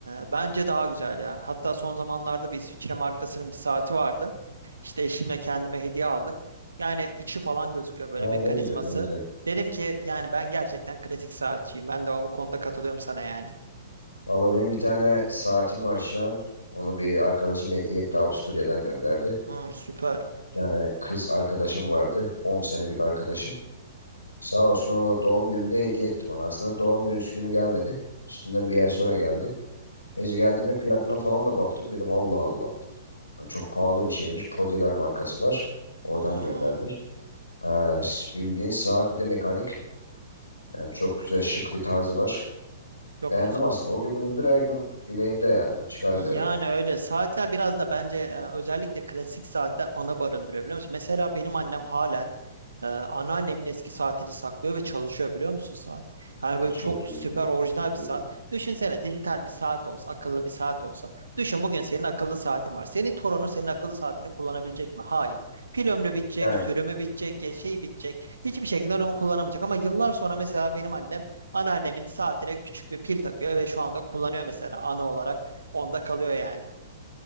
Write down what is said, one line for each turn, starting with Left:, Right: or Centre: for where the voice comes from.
Right: bence daha güzel ya. Hatta son zamanlarda bir İsviçre markasının bir saati vardı. İşte eşimle kendime hediye aldık. Yani içi falan gözüküyor böyle
Left: Ha,
Right: mekanizması.
Left: ne güzel ne güzel.
Right: Dedim ki yani ben gerçekten klasik saatçiyim. Ben de o konuda katılıyorum sana yani.
Left: Valla benim bir tane saatim var şu an. Onu bir arkadaşım hediye etti Avusturya'dan gönderdi.
Right: Hmm, süper.
Left: Yani kız arkadaşım vardı. 10 senelik arkadaşım. Sağ olsun o doğum günümde hediye etti bana. Aslında doğum günü günü gelmedi. Üstünden bir ay sonra geldi. Neyse geldiğinde fiyatına falan da baktım. Dedim Allah Allah. Ya Çok pahalı bir şeymiş. Podigar markası var. Oradan
Right: Hmm,
Left: göndermiş. Ha, s- bildiğin saat bir de mekanik. Yani çok güzel şık bir tarzı var.
Right: çok
Left: Beğendim
Right: güzel.
Left: aslında. O gün bugündür her gün bileğimde yani. Çıkarmıyorum.
Right: Yani öyle saatler biraz da bence e, özellikle klasik saatler ana barındırıyor biliyor musun? Mesela benim annem halen e, anneannemin eski saatini saklıyor ve çalışıyor biliyor musun saat? Yani
Left: O
Right: böyle
Left: çok
Right: çok
Left: iyi.
Right: süper orijinal
Left: Çok iyi.
Right: bir saat. Düşünsene dijital bir saat olsa, akıllı bir saat olsa. Düşün bugün senin akıllı saatin var. Senin torunun senin akıllı saatini kullanabilecek mi? Hayır. Pil ömrü bitecek,
Left: Yani
Right: sürümü bitecek, ya şey bitecek. Hiçbir şekilde onu kullanamayacak. Ama yıllar sonra mesela benim annem anneannemin saatine küçük bir pil takıyor ve şu anda kullanıyor mesela ana olarak Onda kalıyor yani.